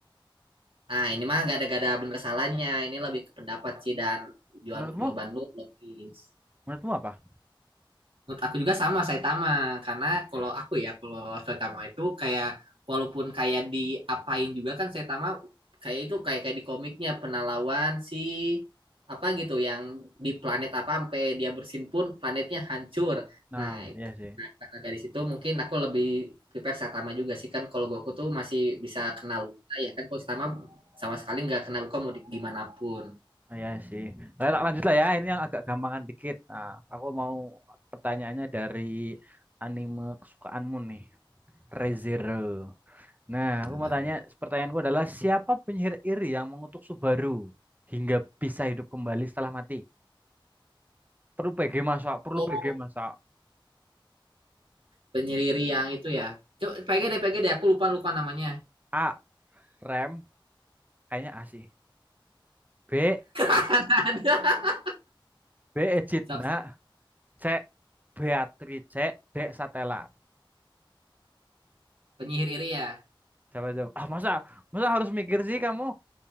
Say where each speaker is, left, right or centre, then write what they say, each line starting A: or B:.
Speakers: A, on the right; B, on the right.
A: Nah, ini mah gak ada gak ada bener salahnya. Ini lebih ke pendapat sih dan jawaban
B: Menurutmu?
A: jawaban lu logis.
B: Menurutmu apa?
A: Menurut aku juga sama Saitama karena
B: Oke.
A: kalau aku ya kalau Saitama itu kayak walaupun kayak diapain juga kan Saitama kayak itu kayak kayak di komiknya pernah lawan si apa gitu yang di planet apa sampai dia bersin pun planetnya hancur.
B: Nah,
A: Nah,
B: iya sih.
A: karena dari situ mungkin aku lebih prepare Saitama juga sih kan kalau Goku tuh masih bisa kenal luka ya kan kalau Saitama sama sekali nggak kenal luka mau di, gimana pun.
B: Nah, iya sih. Nah, tak lanjut lah ya. Ini yang agak gampangan dikit. Nah, aku mau pertanyaannya dari anime kesukaanmu nih, ReZero. Nah,
A: Hmm.
B: aku mau
A: Aduh.
B: tanya, pertanyaanku adalah siapa penyihir iri yang mengutuk Subaru hingga bisa hidup kembali setelah mati? Perlu PG masak, perlu
A: Oh,
B: PG masak.
A: penyihir yang itu ya. Coba PG deh, PG deh. Aku lupa lupa namanya.
B: A. Rem, kayaknya asih. B.
A: <laughs> Ada.
B: B. Ejidna,
A: Sok, sok.
B: C. Beatrice, D. Satela.
A: Penyihir iri ya.
B: Jawab jawab. Ah masa, masa harus mikir sih kamu?